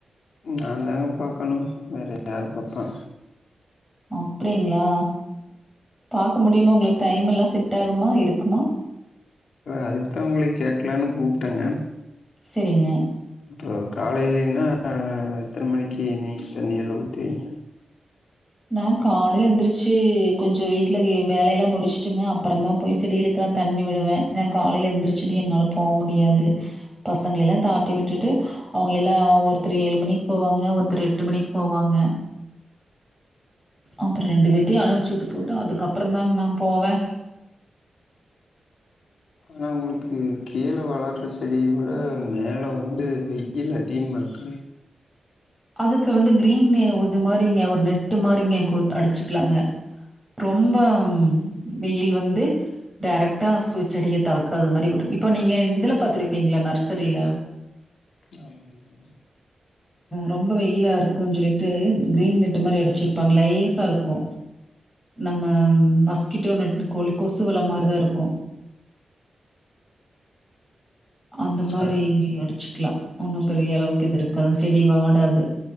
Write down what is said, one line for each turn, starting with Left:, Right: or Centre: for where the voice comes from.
Left: நா தாங்க பாக்கணு வேற யாரு பாப்பாங்க
Centre: அப்டிங்களா பாக்க முடியுமா உங்களுக்கு டைம் எல்லா செட் ஆகுமா இருக்குமா
Left: அதுக்தா உங்களைய கேக்லானு கூப்ட்டெங்க
Centre: செரிங்க
Left: ஓ காலையிலன்னா எத்தன மணிக்கு நீ தண்ணியல்லா ஊத்து விங்க
Centre: நா காலைல எந்திரிச்சு கொஞ்சோ வீட்ல இகிற வேலையெல்லா முடிச்சுட்டுங்க அப்பரோ தா போய் செடிகல க்கெல்லா தண்ணி விடுவே ஏன்னா காலையில எந்திரச்சிட்டு என்னால போக முடியாது பசங்களெல்லா தாட்டி விட்டுட்டு அவுங்கல்லா ஒருத்தர் ஏழு மணிக்கு போவாங்க ஒருத்தர் எட்டு மணிக்கு போவாங்க அப்புரோ ரெண்டு பேத்தயு அனுப்ச்சு விட்டு போட்டு அதுக்கப்ரோ தாங் நா போவே
Left: ஆனா உங்களுக்கு கீரை வள பாட்டு செடி குடன்னு மேல வந்து மிய் இல்ல டீம் மக்குளே
Centre: அதுக்கு வந்து க்ரீன் மே வுது மாரிங்க ஒரு நெட்டு மாரிங்க குடுத் அடிச்சுக்லாங்க ரொம்பம் வெயில் வந்து டைரக்டா சு செடிய தாக்காத மாரி விடுங் இப்பு நீங்கே இன் இதுல பாத்துருப்பீங்ள நர்சரில
Left: ஆமாங்கன்
Centre: ரொம்ப வெயிலா இருக்கு ஜொல்லிட்டு க்ரீன் நெட்டு மாரி அடிச்சிருப்பாங் லைஸா ருக்கு நம்ம மஸ்கிட்டோ நெட்டு கோழி கொசு வல மாரி தா ருக்கு அந்த மாரி
Left: ஆமாங்க.
Centre: அடிச்சுக்லா ஒன்னு பெரிய அளவ்க் இது இருக்காது செடி வாடாது